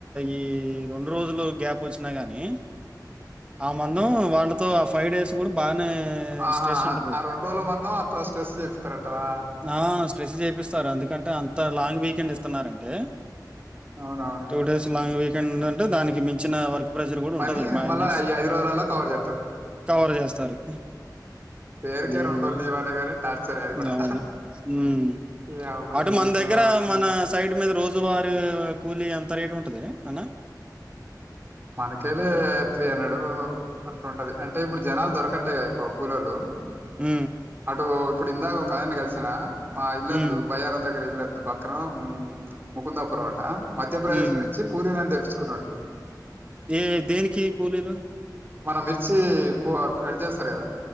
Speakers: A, on the right; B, on the right.
A: ఈ రెండు రోజులు గ్యాప్ ఓచ్చినా గని ఆ మందం వాళ్ళతో ఆ ఫైవ్ డేస్ కూడా బానే
B: ఆహా
A: స్ట్రెస్ ఉంటది.
B: ఆ రెండు రోజుల మంద అంత స్ట్రెస్ చెపిస్తారంటావా
A: ఆ స్ట్రెస్ చేపిస్తారు ఎందుకంటే అంత లాంగ్ వీకెండ్ ఇస్ తునారంటే
B: అవునవును
A: టూ డేస్ లాంగ్ వికెండ్ ఉనంటే దానికి మించిన వర్క్ ప్రెషర్ కూడా ఉంటది
B: పని
A: మాె
B: మళ్ళా
A: నెస్
B: ఈ ఐదు రోజులలో కవర్ చేస్తారు
A: <unintelligible> కవర్ చేస్తారు
B: పేరుకే
A: మ్
B: రెండు రోజులు లీవ్ అనే గాని టార్చర్ అది కూడా
A: అవును మ్
B: యవ్వ
A: అటు
B: జీవితం
A: మన్ దగ్గర మన సైడ్ మీద రోజువారి కూలి ఎంత రేటు ఉంటది అన్న
B: మనకేలే త్రీ హండ్రెడ్ అట్లా ఉంటది అంటే ఇప్పుడు జనాలు దొరకట్లేగా ఎక్కువ కూలోళ్ళు
A: మ్
B: అటు ఇప్పుడు ఇందాక ఒకయన్ని కలిసిన మా ఇల్లందు
A: హ్మ్.
B: బయ్యారం దగ్గర ఇల్లందు అ పక్కన ముకుందాపురం అట మధ్యప్రదేశ్
A: హ్మ్.
B: నుంచి కూలీలను తెచ్ కున్నాడు
A: ఏ దేనికి కూలీలు
B: మనం మిర్చి కో కట్ చేస్తారు కదా